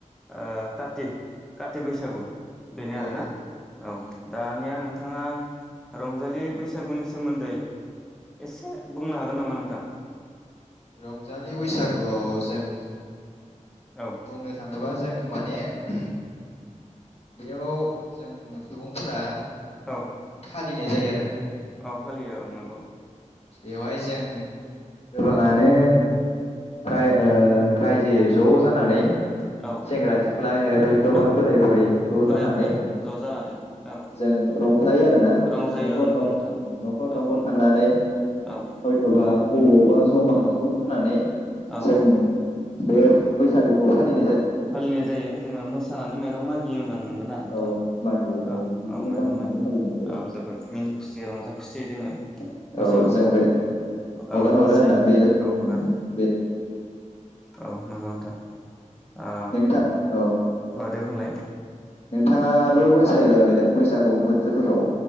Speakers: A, in the centre; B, on the left.
A: ओ काति काति बैसागु बेनो
B: औ
A: आरोना
B: औ
A: औ
B: उम
A: दानिया नों नोंथाङा रंजालि बैसागुनि सोमोन्दै एसे बुंनो हागोन नामा नोंथां
B: रंजालि बैसागुआव जों
A: औ
B: बुंनो थाङोबा जों माने बेयाव जों सुबुंफोरा
A: औ
B: फालिनाय जायो दोना
A: औ फालियो औ नंगौ
B: बेवहाय जों गोबाङानो राय ओ रायजोयै ज' जानानै
A: औ
B: सेंग्रा सिख्ला हयथ'बा
A: औ
B: बोराय बुरै ज'
A: बोराय
B: जानानै
A: बुरै ज' जानानै औ
B: जों रंजायो आरो ना
A: रंजायो
B: न'खर
A: औ नंगौ
B: न
A: नोंथां
B: उम न'खर
A: औ
B: न'खर
A: रं
B: थांनानै
A: औ
B: हयथ'बा
A: औ
B: अबावबा ज'मा ज' जानानै
A: औ
B: जोङो
A: औ
B: बे बैसागुखौ फालि
A: फालिनाय जायो जोङो मोसानानै माइरं मागियो होमबा नों गोना नोंथां
B: औ मागियो
A: औ
B: बिदिनो
A: औ माइरं
B: मागिनानै
A: माइदिं
B: फालिनाय
A: औ जोबोद मिनि खुसिै रंजा खुसिय जोङो
B: जायो
A: बैसागुखौ
B: औ जों बे
A: औ
B: हगार
A: मोसायो
B: हरो आरोना बे
A: औ हगार
B: उम
A: हरो
B: बे
A: औ औ नंगौ नोंथां आ
B: नोंथां औ
A: अ दे बुंलाय
B: नोंथाङाबो मोसायोबा बे बैसागु बोथोरफोराव